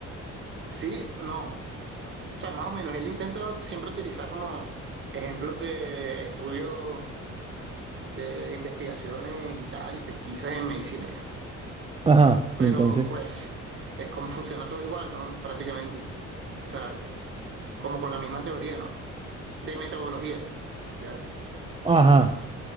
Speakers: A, on the right; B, on the right.
A: sí, no. O sea, más o menos, él intenta siempre utilizar como ejemplos de estudio de investigaciones y tal, y pesquisas en medicina ya.
B: Ajá,
A: Pero
B: y entonces,
A: pues es como funciona todo igual, ¿no? Prácticamente. O sea, como con la misma teoría, ¿no? De metodología, ¿ya?
B: ajá.